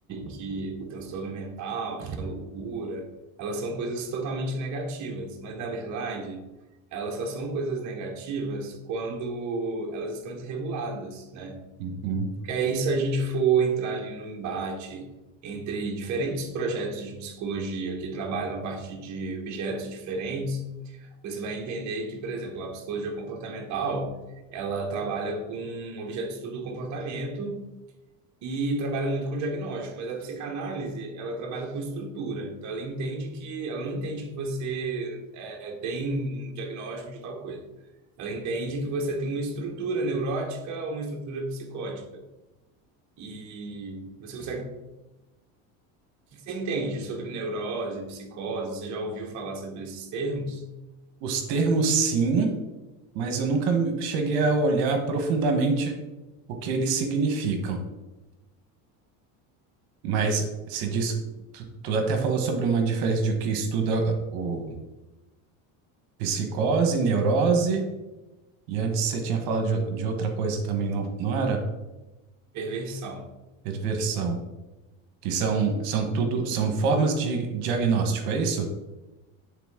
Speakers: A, on the right; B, on the right.
A: que o transtorno mental, que a loucura, elas são coisas totalmente negativas, mas na verdade, elas só são coisas negativas quando elas estão desreguladas, né?
B: Uhum.
A: Porque aí, se a gente for entrar ali no embate entre diferentes projetos de psicologia que trabalham a partir de objetos diferentes, você vai entender que, por exemplo, a psicologia comportamental, ela trabalha com objeto de estudo do comportamento e trabalha muito com diagnóstico, mas a psicanálise, ela trabalha com estrutura. Então, ela entende que, ela não entende que você é, tem um diagnóstico de tal coisa. Ela entende que você tem uma estrutura neurótica ou uma estrutura psicótica. E você consegue. O que que você entende sobre neurose, psicose? Você já ouviu falar sobre esses termos?
B: Os termos, sim. mas eu nunca me- cheguei a olhar profundamente o que eles significam. Mas você disse, tu, tu até falou sobre uma diferença de que estuda o psicose, neurose, e antes você tinha falado de, o- de outra coisa também, não, não era?
A: Perversão.
B: Perversão. Que são, são tudo, são formas de diagnóstico, é isso?